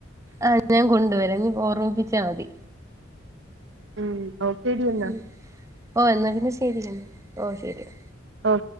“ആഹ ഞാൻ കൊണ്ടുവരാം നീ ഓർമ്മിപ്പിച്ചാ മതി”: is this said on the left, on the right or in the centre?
Right